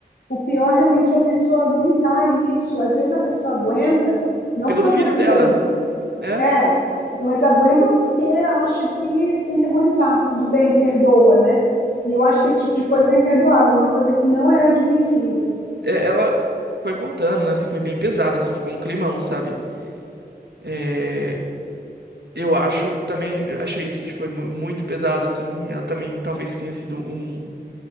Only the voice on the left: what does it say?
o pior realmente é a pessoa aguentar isso. Às vezes a pessoa aguenta não
por causa
da criança,
É, mas aguenta porque acha que tem que aguentar. Tudo bem, perdoa, né? E eu acho que esse tipo de coisa é imperdoável, uma coisa que não é admissível.